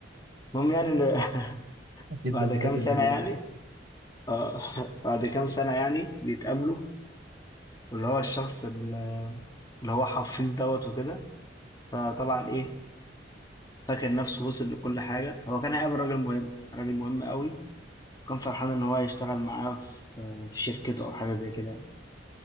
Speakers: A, on the left (about 20°); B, on the right (about 75°).
A: المهم يعني إن <laughs>
B: اكيد
A: بعد
B: ده الذكي
A: كام سنه
B: اللي فيهم
A: يعني اه <laughs> بعد كام سنه يعني بيتقابلوا واللي هو الشخص اللي اللي هو حفيظ دوت وكده فطبعا ايه فاكر نفسه وصل لكل حاجة هو كان هيقابل راجل مهم راجل مهم قوي وكان فرحان إن هو هيشتغل معاه في في شركته أو حاجة زي كده يعني.